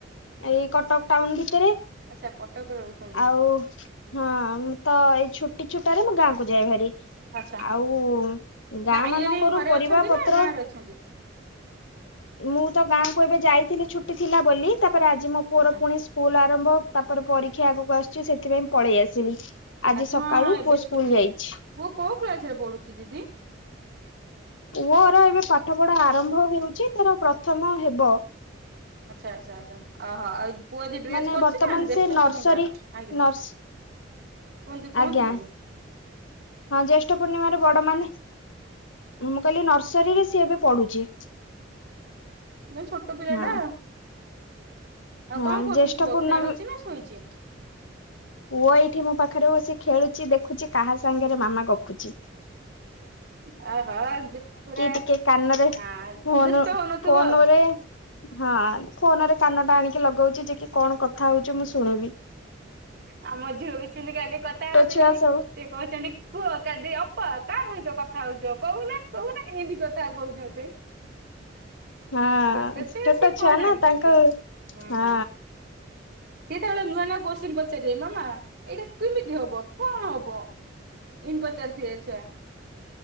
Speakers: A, on the left; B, on the right.
A: ଏଇ କଟକ ଟାଉନ ଭିତରେ।
B: ଆଚ୍ଛା କଟକରେ ରହୁଛନ୍ତି
A: ଆଉ ହଁ ମୁ ତ ଏଇ ଛୁ ଛୁଟି ଛୁଟା ରେ ମୁଁ ଗାଁକୁ ଯାଏ ଭାରି।
B: ଆଚ୍ଛା
A: ଆଉ
B: ଏବେ
A: ଗାଁ
B: ଆଇଲେଣି
A: ମାନଙ୍କରୁ
B: ଘରେ
A: ପରିବା
B: ଅଛନ୍ତି
A: ପତ୍ର
B: ନା ଗାଁ ରେ ଅଛନ୍ତି।
A: ମୁଁ ତ ଗାଁକୁ ଏବେ ଯାଇଥିଲି ଛୁଟି ଥିଲା ବୋଲି। ତାପରେ ଆଜି ମୋ ପୁଅର
B: ଆଚ୍ଛା
A: ପୁଣି ସ୍କୁଲ ଆରମ୍ଭ ତାପରେ ପରୀକ୍ଷା ଆଗକୁ ଆସୁଚି। ସେଥିପାଇଁ ପଳେଇ ଆସିଲି। ଆଜି
B: ଆଚ୍ଛା
A: ସକାଳୁ
B: ହଁ ଏବେ
A: ପୁଅ ସ୍କୁଲ
B: ଛୁଟି
A: ଯାଇଛି
B: ପୁଅ କୋଉ କ୍ଲାସ ରେ ପଢୁଛି ଦିଦି?
A: ପୁଅର ଏବେ ପାଠ ପଢା ଆରମ୍ଭ ହେଉଛି ତାର ପ୍ରଥମ ହେବ।
B: ଆଚ୍ଛା ଆଚ୍ଛା ଆଛା ଅ ହ ଆଉ ପୁଅ ଆଜି ଡ୍ରେସ
A: ମାନେ
B: କରୁଛି
A: ବର୍ତ୍ତମାନ
B: ନା ଜେଷ୍ଠ
A: ସେ ନର୍ସରୀ
B: ପୁନି ଭା ଆଜ୍ଞା।
A: ନର୍ସ
B: କୁହନ୍ତୁ କୁହନ୍ତୁ
A: ଆଜ୍ଞା
B: ଯେ?
A: ହଁ ଜ୍ୟେଷ୍ଠ ପୂର୍ଣ୍ଣିମାରେ ବଡ ମାନେ ମୁଁ କହିଲି ନର୍ସିଂ ଶରୀରେ ସିଏ ଏବେ ପଢୁଚି।
B: ମୁଁ ଛୋଟ ପିଲା
A: ହଁ
B: ଟା। ଆଉ
A: ହଁ
B: କଣ କରୁଚି
A: ଜ୍ୟେଷ୍ଠ
B: ପୁଅ
A: ପୂର୍ଣ୍ଣମୀ
B: ଖେଳୁଛି ନା ଶୋଇଚି?
A: ପୁଅ ଏଇଠି ମୋ ପାଖରେ ବସି ଖେଳୁଚି ଦେଖୁଚି କାହା ସାଙ୍ଗରେ ମାମା ଗପୁଚି।
B: ହ ହୁଁ। ଅହୋ ଆଗ ପୁରା
A: ଟିକେ କାନରେ
B: ହଁ
A: ଫୋନ
B: ଦୁଷ୍ଟ ହଉନଥିବ।
A: ଫୋନରେ ହଁ ଫୋନରେ କାନ ଟା ଆଣିକି ଲଗଉଚି। ଯେ କି କଣ କଥା ହଉଚୁ ମୁଁ ଶୁଣୁବି।
B: ଆମ ଝିଅ ବି ସେମିତି କାଲି କଥା ହଉଥିଲି।
A: ଛୁଆ
B: ସେ
A: ସବୁ
B: କହୁଛନ୍ତି କୁହ ଦି ଅପା କା ସହିତ କଥା ହଉଚ। କହୁନା କହୁନା ଏମିତି କଥା କହୁଛନ୍ତି।
A: ହଁ
B: ଛୋଟ ଛୁଆ ସେ କଣ ଜାଣିଚନ୍ତି
A: ନା ତାଙ୍କ
B: ହୁଁ।
A: ହଁ
B: ସିଏ ଯେତେବେଳେ ନୂଆ ନୂଆ କୋଶ୍ଚିନ ପଚାରିବେ। ମାମା ଏଇଟା କୁମି ହବ କଣ ହବ ଇନି ପଚାରୁ ଥିବେ ଛୁଆ।